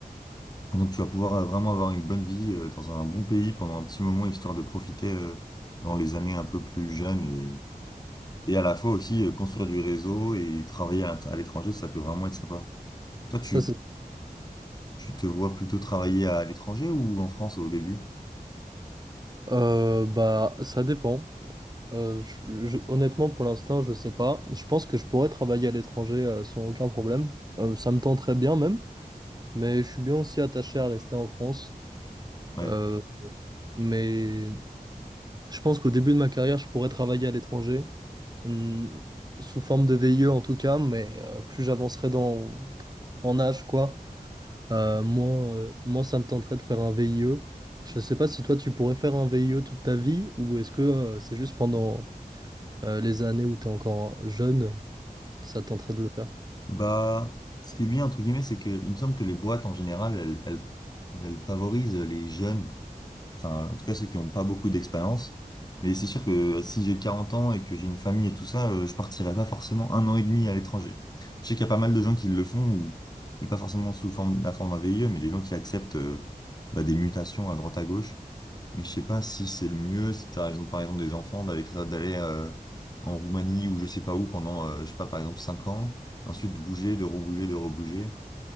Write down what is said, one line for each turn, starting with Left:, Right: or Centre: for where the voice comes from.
Left: Et Donc tu vas pouvoir euh, vraiment avoir une bonne vie euh, dans un bon pays pendant un petit moment, histoire de profiter euh, dans les années un peu plus jeunes et, et à la fois aussi euh, construire du réseau et travailler à, l'int- à l'étranger, ça peut vraiment être sympa. Toi, tu,
Right: Ça, c'est...
Left: tu te vois plutôt travailler à l'étranger ou en France au début?
Right: Euh, bah, ça dépend. Euh, je- je- honnêtement, pour l'instant, je sais pas. Je pense que je pourrais travailler à l'étranger euh, sans aucun problème. Euh, ça me tenterait bien même, mais je suis bien aussi attaché à rester en France.
Left: Ouais.
Right: Euh, mais Je pense qu'au début de ma carrière, je pourrais travailler à l'étranger, hum, sous forme de VIE en tout cas, mais euh, plus j'avancerai dans en âge, quoi, euh, moins, euh, moins ça me tenterait de faire un VIE. Je sais pas si toi tu pourrais faire un VIE toute ta vie, ou est-ce que euh, c'est juste pendant euh, les années où tu es encore jeune, ça te tenterait de le faire?
Left: Bah, ce qui est bien, entre guillemets, c'est que il me semble que les boîtes en général, elles, elles, elles favorisent les jeunes Enfin, en tout cas, ceux qui n'ont pas beaucoup d'expérience. Mais c'est sûr que si j'ai 40 ans et que j'ai une famille et tout ça, euh, je partirai pas forcément un an et demi à l'étranger. Je sais qu'il y a pas mal de gens qui le font, ou, mais pas forcément sous forme, la forme d'un VIE, mais des gens qui acceptent euh, bah, des mutations à droite à gauche. Mais je sais pas si c'est le mieux, si t'as raison, par exemple, des enfants, d'aller tra- d'aller euh, en Roumanie ou je sais pas où pendant, euh, je sais pas, par exemple, 5 ans, ensuite de bouger, de rebouger, de rebouger.